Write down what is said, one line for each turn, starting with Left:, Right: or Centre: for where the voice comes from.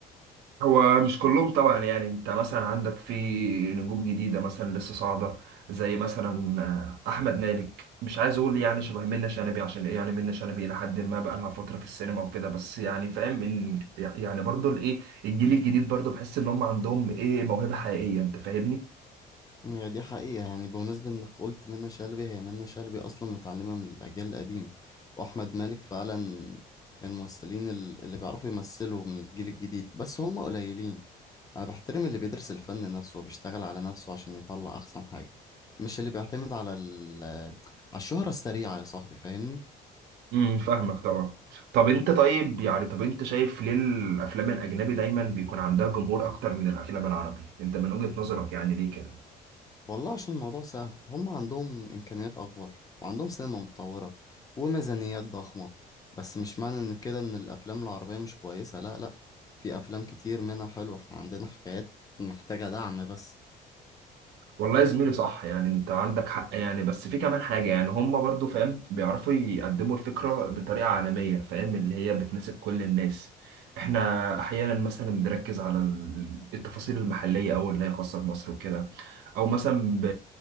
Right: هو مش كلهم طبعا يعني انت مثلا عندك في نجوم جديدة مثلا لسه صاعدة زي مثلا آه، أحمد مالك مش عايز أقول يعني شبه منة شلبي عشان إيه يعني منة شلبي إلى حد ما بقى لها فترة في السينما وكده بس يعني فاهم إن يعني برضو الإيه الجيل الجديد برضو بحس إن هم عندهم إيه موهبة حقيقية أنت فاهمني؟
Left: هي دي حقيقة يعني بمناسبة انك قلت منة شلبي هي منة شلبي اصلا متعلمة من الاجيال القديمة واحمد مالك فعلا من الممثلين ال- اللي بيعرفوا يمثلوا من الجيل الجديد بس هما قليلين انا بحترم اللي بيدرس الفن نفسه وبيشتغل على نفسه عشان يطلع احسن حاجة مش اللي بيعتمد على ال على الشهرة السريعة يا صاحبي فاهمني
Right: امم فاهمك طبعا طب أنت طيب يعني طب أنت شايف ليه الأفلام الأجنبي دايما بيكون عندها جمهور أكتر من الأفلام العربي؟ أنت من وجهة نظرك يعني ليه كده؟
Left: والله عشان الموضوع سهل هم عندهم إمكانيات أكبر وعندهم سينما متطورة وميزانيات ضخمة بس مش معنى إن كده إن الأفلام العربية مش كويسة لا لا في أفلام كتير منها حلوة إحنا عندنا حكايات محتاجة دعم بس
Right: والله يا زميلي صح يعني انت عندك حق يعني بس في كمان حاجة يعني هم برضو فاهم بيعرفوا يقدموا الفكرة بطريقة عالمية فاهم اللي هي بتناسب كل الناس احنا احيانا مثلا بنركز على ال- التفاصيل المحلية او اللي هي خاصة بمصر وكده او مثلا ب...